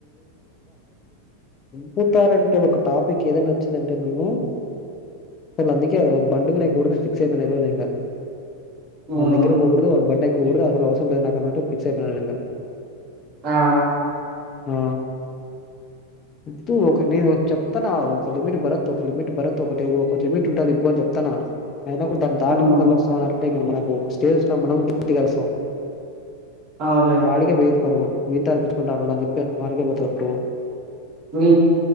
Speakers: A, on the left; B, on the right.
A: <unintelligible> కుతారంటే ఒక టాపిక్ ఏదైనా వచ్చిందంటే నన్ను అసలు అందుకే బండు మీద ఎక్కకూడదు అని ఫిక్స్ అయిపోయినా ఈ రోజు ఇంగ
B: మ్మ్
A: వాన్ దగ్గరకి పోకూడదు వా బండు ఎక్కకూడదు అసలు అవసరం లేదు, నాకు అన్నట్టు ఫిక్స్ అయిపోయినా నేను ఇంగ.
B: ఆ
A: హు తు ఒక నే చెప్తున్నా ఒక లిమిట్ భరత్, ఒక లిమిట్ భరత్, ఒకటి ఒకటి లిమిట్, ఉంటది ఇవబో చెప్తున్నా. అయినా కూడ దాన్ని దాటుకుని
B: మ్మ్
A: మళ్ళ వస్తాన్నరు అంటే మనకు స్టేజ్ విన మనం గట్టిగా అరుస్తాం.
B: అవునులే
A: వాడికే పోయేది పరువు వీడితో అనిపించుకుంటాన్నాడు అని చెప్పి వానికే పోతది పరువు.
B: నీ